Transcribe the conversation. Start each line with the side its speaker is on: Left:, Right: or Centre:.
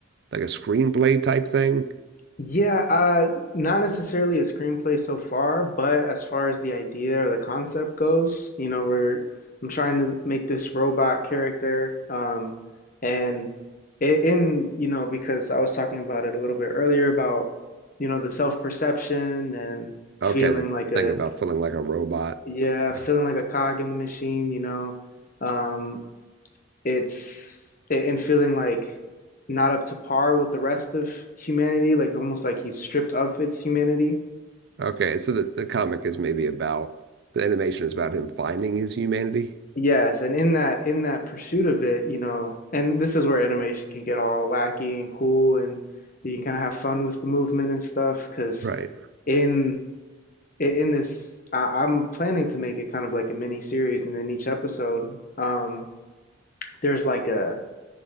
Right: like a screenplay type thing.
Left: Yeah, uh, not necessarily a screenplay so far, but as far as the idea or the concept goes, you know, we're I'm trying to make this robot character, um, and it, in you know because I was talking about it a little bit earlier about you know the self-perception and feeling
Right: Okay, the
Left: like a
Right: thing about feeling like a robot.
Left: yeah feeling
Right: Okay,
Left: like a cog in the machine, you know, um, it's and feeling like not up to par with the rest of humanity, like almost like he's stripped of its humanity.
Right: okay. So the, the comic is maybe about the animation is about him finding his humanity.
Left: Yes, and in that in that pursuit of it, you know, and this is where animation can get all wacky and cool and you can kind of have fun with the movement and stuff because
Right: Right.
Left: in in this I, I'm planning to make it kind of like a mini series and then each episode um there's like a